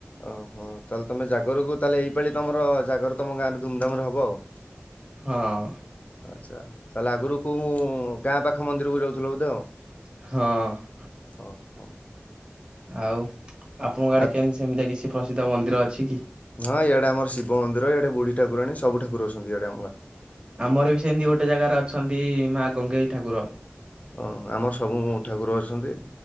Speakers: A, on the left; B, on the right.
A: ଓହଁ ତାହେଲେ ତମେ ଜାଗରକୁ ତାହେଲେ ଏଇପାଳି ତମର ଜାଗର ତମ ଗାଁ ରେ ଧୁମଧାମ ରେ ହବ ଆଉ।
B: ହଁ।
A: ଆଛା ତାହେଲେ ଆଗରୁ କୁଁ ଗାଁ ପାଖ ମନ୍ଦିରକୁ ଯାଉଥିଲ ବୋଧେ ଆଉ?
B: ହଁ।
A: ଓ ହ।
B: ଆଉ ଆପଣଙ୍କ ଆଡେ
A: ଆ
B: କେମତି ସେମିତିଆ କିଛି ପ୍ରସିଦ୍ଧ ମନ୍ଦିର ଅଛି କି?
A: ହଁ ଇଆଡେ ଆମ ଶିବ ମନ୍ଦିର ଇଆଡେ ବୁଢି ଠାକୁଣୀ ସବୁଠାକୁର ଅଛନ୍ତି ଇଆଡେ ଆମ ଗରେ।
B: ଆମର ବି ସେମିତି ଗୋଟେ ଜାଗାରେ ଅଛନ୍ତି ମା ଗଙ୍ଗେଇ ଠାକୁର।
A: ହଁ ଆମର ସବୁ ଠାକୁର ଅଛନ୍ତି।